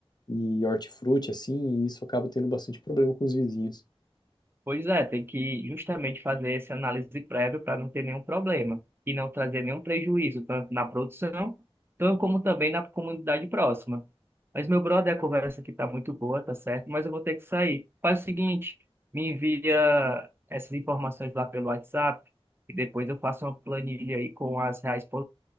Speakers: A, on the left (about 45°); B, on the right (about 20°).
A: e hortifruti, assim, e isso acaba tendo bastante problema com os vizinhos.
B: Pois é, tem que justamente fazer essa análise prévia para não ter nenhum problema e não trazer nenhum prejuízo, tanto na produção, tanto como também na comunidade próxima. Mas, meu brother, a conversa aqui está muito boa, tá certo? Mas eu vou ter que sair. Faz o seguinte, me envia essas informações lá pelo WhatsApp e depois eu faço uma planilha aí com as reais